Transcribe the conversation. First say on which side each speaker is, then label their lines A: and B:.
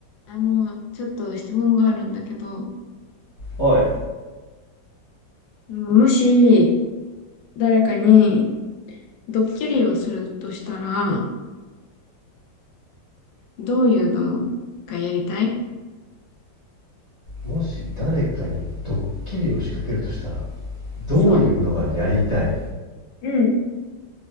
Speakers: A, on the left (about 80°); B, on the left (about 45°).
A: あの、ちょっと質問があるんだけど、
B: おい、
A: もし誰かにドッキリをするとしたら、どういうのがやりたい
B: もし誰かにドッキリを仕掛けるとしたら、どういうのがやりたい
A: そう。うん。